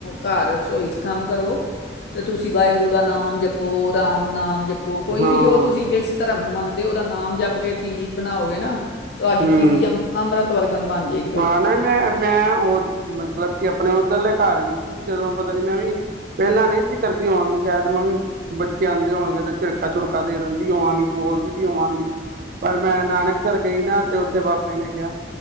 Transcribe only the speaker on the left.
ਘਰ ਰਸੋਈ 'ਚ' ਕੰਮ ਕਰੋ।
ਤੇ ਤੁਸੀਂ ਵਾਹਿਗੁਰੂ ਦਾ ਨਾਮ ਜਪੋ, ਰਾਮ ਨਾਮ ਜਪੋ, ਕੋਈ
ਵੀ ਜੋ ਤੁਸੀਂ ਜਿਸ ਧਰਮ ਨੂੰ ਮੰਨਦੇ ਉਹਦਾ ਨਾਮ ਚੀਜ਼ ਬਣਾਓਗੇ ਨਾ, ਤੁਹਾਡੀ
ਚੀਜ਼ ਅ ਅੰਮ੍ਰਿਤ ਵਰਗਨ ਬਣ ਜੇ